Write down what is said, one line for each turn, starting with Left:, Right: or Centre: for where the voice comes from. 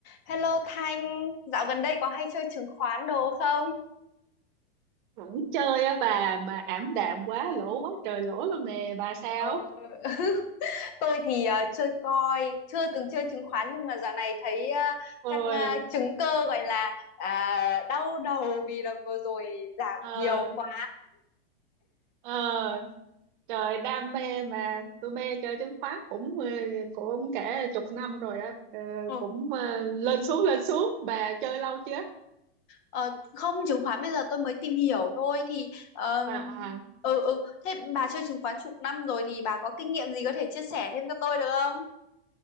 Left: Hello Thanh, dạo gần đây có hay chơi chứng khoán đồ không?
Right: vẫn chơi á bà mà ảm đạm quá lỗ quá trời lỗ luôn nè bà sao
Left: Ờ, <laughs> tôi thì ờ, chơi coin, chưa từng chơi chứng khoán nhưng mà dạo này thấy ờ,
Right: ôi
Left: các ờ, chứng cơ gọi là à, đau đầu vì là vừa rồi giảm
Right: ờ
Left: nhiều quá.
Right: ờ trời đam mê mà tôi mê chơi chứng khoán cũng ờ, cũng cả chục năm rồi đó Ờ,
Left: Ờ,
Right: cũng ờ,
Left: ừ.
Right: lên xuống lên xuống bà chơi lâu chưa
Left: Ờ, không, chứng khoán bây giờ tôi mới tìm hiểu thôi thì ờm,
Right: à à
Left: ừ ừ thế bà chơi chứng khoán chục năm rồi thì bà có kinh nghiệm gì có thể chia sẻ thêm cho tôi được không?